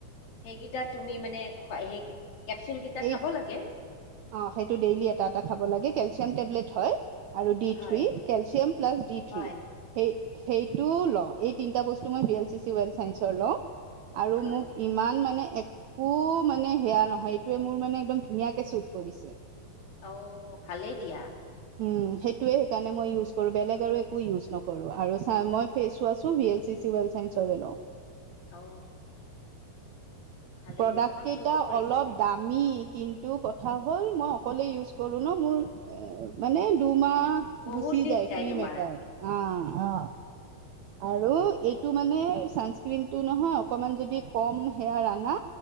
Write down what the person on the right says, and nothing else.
এই
অ' সেইটো ডেইলি এটা এটা খাব লাগে কেলচিয়াম টেবলেট হয়। আৰু ডি
three calcium plus D three
সেই সেইটোও লও এই তিনিটা বস্তু মই B L C C well চাইঞ্চৰ লওঁ আৰু
মোক ইমান মানে একো মানে সেয়া নহয় সেইটোয়ে মোৰ মানে একদম ধুনীয়াকে শ্বুট কৰিছে
উম সেইটোৱে সেইকাৰণে মই ইউজ কৰো। বেলেগ আৰু একো ইউজ নকৰো আৰু চা মই ফেচ ওৱাচ চো B L C C well চাইঞ্চৰে লও।
প্ৰডাক্ত
কেইটা
অলপ দাম মি কিন্তু কথা হ'ল মই অকলে ইউজ কৰো ন মোৰ এ মানে দুমাহ
গুচি
যায় ক্ৰীম
এটাই আ আ আৰু এইটো মানে চানস্কিনটো নহয় অকমান যদি কম সেয়া না